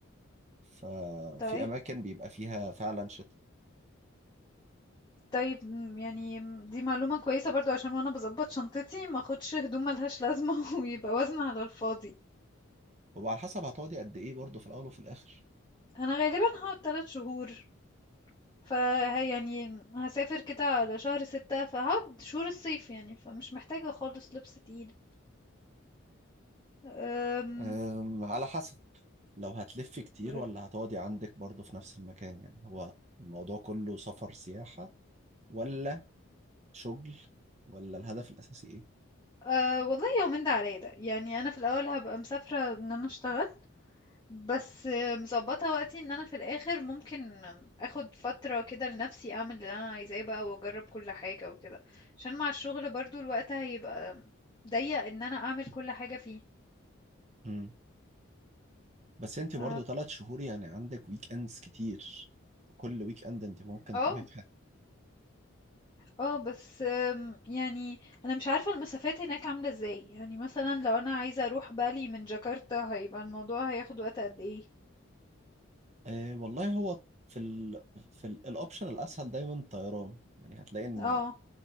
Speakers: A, on the right; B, on the left.
A: ففي
B: طيب
A: اماكن بيبقى فيها فعلا شتاء
B: طيب مم، يعني مم، دي معلومة كويسة برضو عشان وانا بظبط شنطتي ما اخدش هدوم ملهاش لازمة <laughs> ويبقى وزن على الفاضي
A: وعلى حسب هتقعدي قد ايه برضه في الاول وفي الاخر
B: انا غالبا هقعد تلات شهور ف يعني هسافر كده على شهر ستة فهقعد شهور الصيف يعني فمش محتاجة خالص لبس تقيل أم...
A: أم، على حسب لو هتلف كتير
B: برد-
A: ولا هتقعدي عندك برضه في نفس المكان يعني هو الموضوع كله سفر سياحة ولا شغل ولا الهدف الأساسي إيه؟
B: أه والله يومين ده عليا ده يعني انا في الاول هبقى مسافرة ان انا اشتغل بس مضبطة وقتي ان انا في الاخر ممكن اخد فترة كده لنفسي اعمل اللي انا عايزاه بقى واجرب كل حاجة وكده عشان مع الشغل برضو الوقت هيبقى ضيق ان انا اعمل كل حاجة فيه
A: مم. بس أنت
B: ف
A: برضه ثلاث شهور يعني عندك ويك أندز كتير كل ويك أند أنت ممكن
B: اه
A: تروحي في حاجة
B: اه بس أم، يعني انا مش عارفة المسافات هناك عاملة ازاي يعني مثلا لو انا عايزة اروح بالي من جاكرتا هيبقى الموضوع هياخد وقت قد ايه
A: أه والله هو في ال في ال- الأوبشن الأسهل دايما طيران يعني هتلاقي إن
B: اه